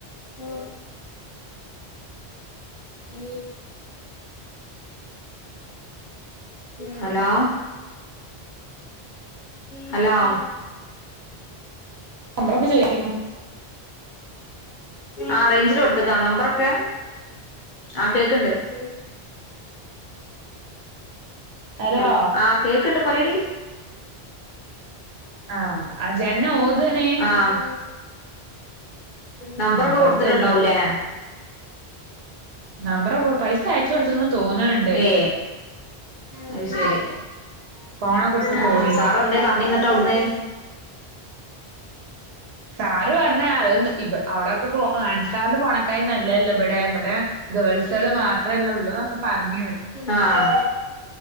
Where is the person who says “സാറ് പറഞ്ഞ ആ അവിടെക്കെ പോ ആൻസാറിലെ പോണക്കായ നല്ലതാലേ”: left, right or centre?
Right